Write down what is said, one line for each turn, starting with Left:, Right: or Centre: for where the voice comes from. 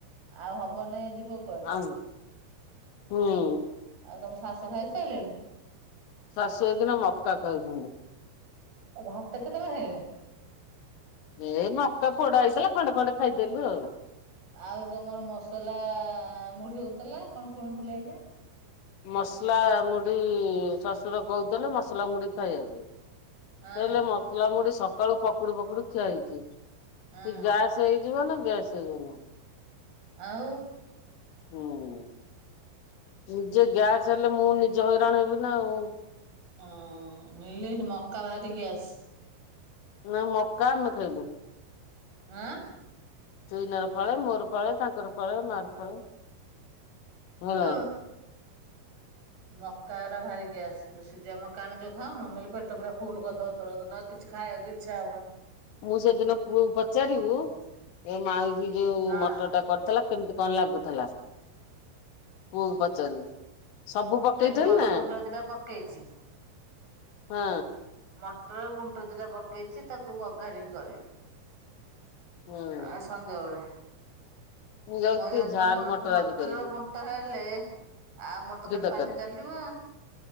Right: ଆଉ ହବ ନେଇଁ ଯିବ କୁଆଡେ
Left: ଆଉଁ ହୁଁ
Right: ଆଉ ତମ ଶାଶୁ ଖାଇ ସାଇଲେଣି?
Left: ଶାଶୁ ଏଇଖିନା ମକା ଖାଉଚିନ୍ତି।
Right: ଏ ଭାତ କେତେବେଳେ ଖାଇବେ?
Left: ଏଇ ମକା ପୋଡା ହେଇଥିଲା ଖଣ୍ଡେ ଖଣ୍ଡେ ଖାଇଦେଲୁ ଆଉ।
Right: ଆଉ ତମର ମସଲା ମୁଢି ହଉଥିଲା କଣ ଶୁଣୁଥିଲେ ଏଇଙ୍ଖା।
Left: ମସଲା ମୁଢି ଶଶୁର କହୁଥିଲେ ମସଲା ମୁଢି ଖାଇଆକୁ।
Right: ହଁ
Left: ହେଲେ ମସଲା ମୁଢି ସକାଳୁ ପକଡୁ ଫକଡୁ ଖିଆ ହେଇଚି। ସେ
Right: ହଁ
Left: ଗ୍ୟାସ୍ ହେଇଯିବ ନା ଗ୍ୟାସ ହେଇବ ନି?
Right: ଆଉ
Left: ହୁଁ। ଉଁ ଯେ ଗ୍ୟାସ ହେଲେ ମୁଁ ନିଜେ ହଇରାଣ ହେବି ନା ଆଉ।
Right: ଅଁ ମିଲି ଏ ମକା ଭାରି ଗ୍ୟାସ୍।
Left: ନା ମକା ଆମେ ଖାଇବୁ।
Right: ଆଁ?
Left: ଚୁଇିନାର ଫାଳେ ମୋର ଫାଳେ ତାଙ୍କର ଫାଳେ ମାଆ ର ଫାଳେ। ହେଲା।
Right: ଓ ମକା ଗୁରା ଭାରି ଗ୍ୟାସ୍ ଯୋଉ ସିଝା ମକା ଆମେ ଯୋଉ ଖାଉନୁ ମିଲି ପେଟ ପୁରା ଫୁଲ କରିଦବ ତୋର। ତୁ ତ ଆଉ କିଛି ଖାଇଆକୁ ଇଚ୍ଛା ହଉବନି।
Left: ମୁଁ ସେଦିନ ପୁଅକୁ ପଚାରିବୁ ଏ ମାଉସି ଯୋଉ
Right: ହଁ
Left: ମଟର ଟା କରିଥିଲା କେମିତି କଣ ଲାଗୁଥିଲା ପୁଅ କୁ ପଚାରିବୁ। ସବୁ ପକେଇଥିଲି
Right: ନାଇଁ ଆଜି ମଟର
Left: ନା
Right: ବୁଣ୍ଟ ଦିଟା ପକେଇଚି।
Left: ହଁ
Right: ମଟର ବୁଣ୍ଟ ବୁଟ ଦିଟା ପକେଇଚି ତାକୁ ବଘାରି କରିି
Left: ହୁଁ।
Right: ଆ ସଞ୍ଜ ବେଳେ।
Left: ମୁଁ ଯାଉଛି
Right: ମଇଦାନ
Left: ଟିକେ ଝାଲ
Right: ତ ମଟରର
Left: ମଟର ଆଜି କରିବି
Right: ବୁଣ୍ଟ ହେଲେ ଆଉ ଆମର ତ ଖାଲି
Left: ତକାରି
Right: ପାଟି ଚାଲିବ